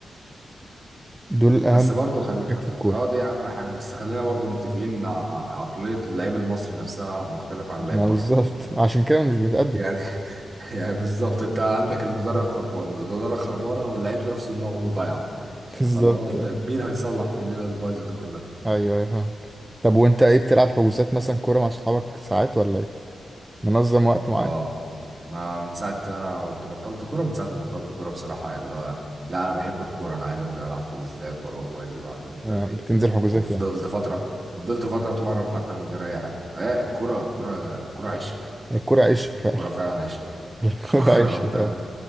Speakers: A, on the right; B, on the right.
A: دول أهم
B: بس برضه خل
A: حاجات في الكورة
B: اه دي أهم حاجة بس خلينا برضه متفقين إن ع- ع- عقلية اللعيب المصري نفسها مختلفة عن اللعيب
A: ما بالظبط
B: بره
A: <laughs> عشان كده مش بنتقدم
B: يعني <laughs> يعني بالظبط أنت عندك المدرب خربان والإدارة خربانة واللعيب نفسه دماغه ضايعة
A: <laughs> بالظبط
B: فاللي هو أنت
A: أه.
B: مين هيصلح في الليلة البايظة دي كلها
A: أيوه أيوه فاهمك طب وأنت إيه بتلعب حجوزات مثلا كورة مع صحابك ساعات ولا إيه؟ منظم وقت معين
B: اه ما من ساعة انا كنت بطلت كورة من ساعة ما بطلت كورة بصراحة اللي هو لا انا بحب الكورة انا عايز انزل العب حجوزات واروح واجي واعمل مش
A: آه،
B: عارف
A: بتنزل
B: ايه
A: حجوزات
B: وفضلت
A: يعني
B: فترة وفضلت فترة اتمرن حتى من غير اي حاجة آه الكورة الكورة الكورة عشق
A: الكورة عشق فعلا
B: الكورة
A: <laughs>
B: فعلا عشق <laughs>
A: الكورة
B: الكورة
A: عشق
B: آه، فعلا
A: طبعا